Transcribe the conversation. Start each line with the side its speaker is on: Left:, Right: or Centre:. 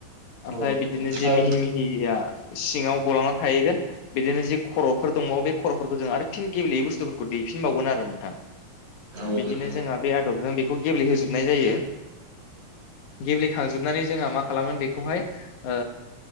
Left: ओमफाय
Right: औ
Left: बिदिनो
Right: नोंथां
Left: जे मिहि मिहिया सिङाव गलांना थाहैगोन बिदिनो जि खर'फोर दङ' बे खर'फोरखौ जों आरो फिन गेबेयै बुस्थुफोरखौ दैेफिनबावगोन आरो नोंथां।
Right: औ
Left: बिदिनो
Right: नोंथां नंगौ
Left: जोंहा बे आदबजों बेखौ गेब्लेहोजोबनाय जायो। गेब्लेखांजोबनानै जोंहा मा खालामो बेखौहाय ओ